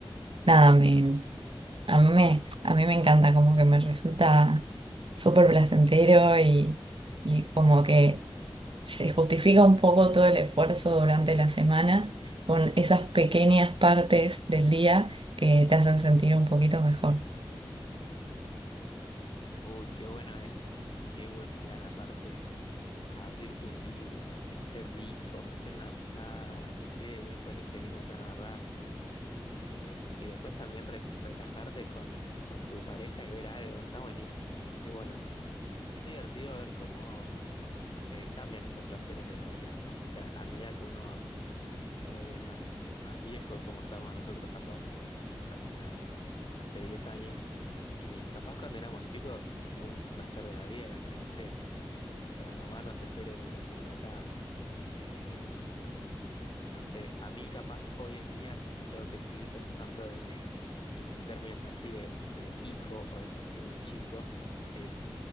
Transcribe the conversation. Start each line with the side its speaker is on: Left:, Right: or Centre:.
Right: nada, me, a mí me, a mí me encanta, como que me resulta súper placentero y, y como que se justifica un poco todo el esfuerzo durante la semana con esas pequeñas partes del día que te hacen sentir un poquito mejor.
Left: Uy, qué bueno eso. Qué buen plan aparte. Abrirte un vino, que esté rico, hacer una picada, que quede bien con este vino que agarraste. eh, y después también re- relajarte con, con tu pareja y ver algo. Está buenísimo. Qué bueno. Es divertido ver cómo eh, cambian estos placeres de la vida, ¿no? O sea, a medida que uno se vuelve más, más viejo, como estamos nosotros capaz en, en relación a hace 10 años, y capaz cuando éramos chicos, un placer de la vida era que, no sé, nuestra mamá nos espere con una chocolatada. Eh, no sé, a mí capaz hoy en día si tengo que seguir pensando de, en términos así de, de hijo o de sentirme chico, es